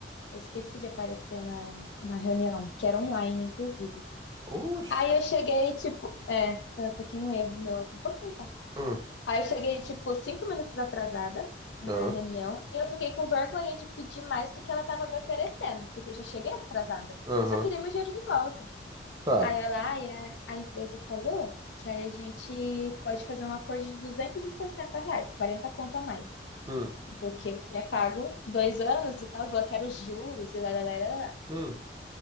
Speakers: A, on the left; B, on the right.
A: Eu esqueci de aparecer na, na reunião, que era online, inclusive.
B: Oxi.
A: Aí eu cheguei, tipo, é, foi um pouquinho um erro meu, assim, um pouquinho, sabe?
B: Hum,
A: Aí eu cheguei, tipo, cinco minutos atrasada na
B: aham,
A: reunião e eu fiquei com vergonha de pedir mais do que ela estava me oferecendo, porque eu já cheguei atrasada.
B: aham,
A: Eu só queria meu dinheiro de volta.
B: tá.
A: Aí ela, ai, a, a empresa falou que aí a gente pode fazer um acordo de 260 reais, 40 conto a mais,
B: Hum,
A: do que que é pago dois anos e tal, falou que era os juros e lá, lá, lá, lá, lá.
B: hum.